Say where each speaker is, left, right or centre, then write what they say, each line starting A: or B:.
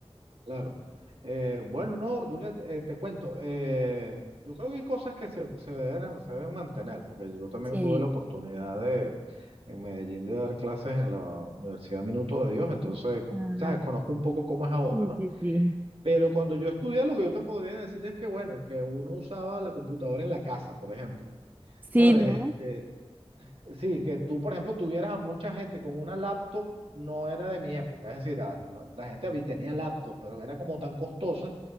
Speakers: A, on the right (about 65°); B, on the right (about 15°).
A: claro. Eh, bueno, no, Julieta, eh, te cuento. eh, yo creo que hay cosas que se, se deben, se deben mantener, porque yo también
B: Sí.
A: tuve la oportunidad de en Medellín de dar clases en la Universidad Minuto de Dios, entonces,
B: Ah,
A: sabes, conozco un poco cómo es ahora,
B: sí,
A: ¿no?
B: sí, sí.
A: Pero cuando yo estudié, lo que yo te podría decir es que, bueno, que uno usaba la computadora en la casa, por ejemplo.
B: Sí,
A: ¿Sabes?
B: ¿no?
A: Este, sí, que tú, por ejemplo, tuvieras a mucha gente con una laptop, no era de mi época. Es decir, a- la, la gente había- tenía laptop, pero era como tan costosa